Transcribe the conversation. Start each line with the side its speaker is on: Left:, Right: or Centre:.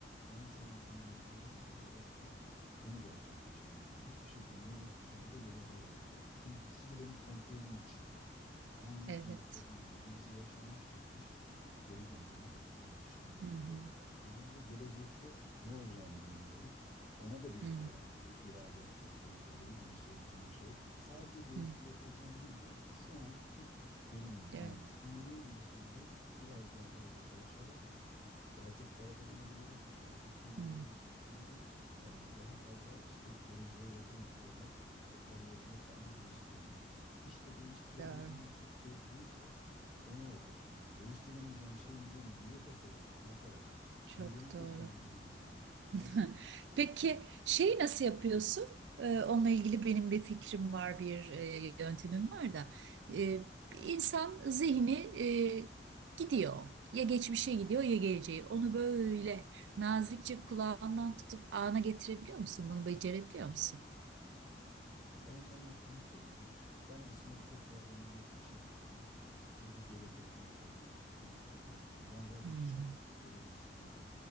Left: ben şu an önümde ne varsa hedefte onu gerçekleştireceğim. Hiçbir şekilde ne geçmişe ne de geleceğe gideceğim. Çünkü ikisi de benim kontrolüm dışında. Ben onu
Right: Evet.
Left: kontrol edemem. Birisi yaşanmış bitmiş geri dönemem. Yani pişmanlık
Right: Hı hı,
Left: bile olsa. Öbürü de gelecekte ne olacağını bilmiyorum. Ona da bir
Right: hı
Left: herhangi bir iradem söz konusu değil. Değiştirebileceğim bir şey. Sadece değiştirebileceğim
Right: hı.
Left: ne biliyor musun? Şu anki durumum, anım.
Right: Evet.
Left: Şu an neyi değiştirebilirim? Biraz daha fazla çalışarak daha çok para kazanabilirim, daha çok kendimi
Right: Hı.
Left: geliştirebilirim, e, daha fazla işte geleceğe yatırım olarak işte kariyerimi falan geliştirebilirim. İşte değiştirebileceğim
Right: Doğru.
Left: şey buysa ona odaklanacağım. Değiştiremeyeceğim şeyin üzerine niye kafa yoruyorum arkadaş?
Right: Çok
Left: Ben geri zekalı
Right: doğru.
Left: mıyım yani? Ben
Right: <laughs>
Left: şu
Right: Peki şeyi nasıl yapıyorsun? Ee, onunla ilgili benim bir fikrim var, bir e, yöntemim var da. Ee, insan zihni e, gidiyor. Ya geçmişe gidiyor ya geleceğe. Onu
Left: an
Right: böyle nazikçe kulağından tutup ana getirebiliyor musun? Bunu becerebiliyor musun?
Left: Ya Ben sana şunu söyleyeyim. Ben aslında çok fazla ne geçmişe gidiyorum ne de gelecekten kaygı yapıyorum. Ben zaten
Right: Hı hı,
Left: kişilik olarak böyle birisi değilim.